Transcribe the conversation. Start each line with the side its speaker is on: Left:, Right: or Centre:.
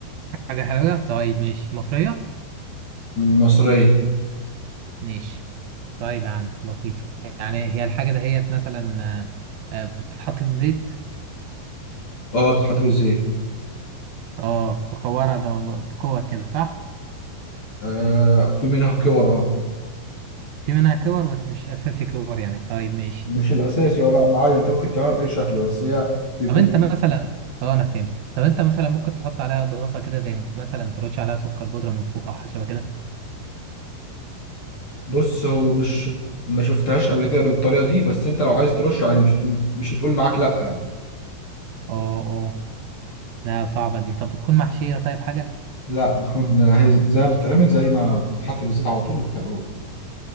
Right: حاجة حلوة طيب ماشي مصرية
Left: مصرية
Right: ماشي طيب يا عم بسيطة يعني هي الحاجة دهيت مثلا آه، آه، بتتحط في الزيت
Left: اه بتتحط في الزيت
Right: اه مكورة ده كور كده صح
Left: آه في منها كور اه
Right: في منها كور بس مش أساسي كور يعني طيب ماشي
Left: مش الاساسي ولا معين انت ممكن تعملها باي شكل بس هي بيكون
Right: طب أنت مثلا اه أنا فهمت طب أنت مثلا ممكن تحط عليها إضافة كده زي مثلا ترش عليها سكر بودرة من فوق أو حاجة شبه كده
Left: بص هو مش ما شفتهاش قبل كده بالطريقة دي بس انت لو عايز ترش عادي مش مش هتقول معاك لا يعني
Right: اه اه لا صعبة دي طب بتكون محشية طيب حاجة
Left: لا بتكون هي زي ما بتتعمل زي ما بتتحط في الزيت على طول وبتقلوب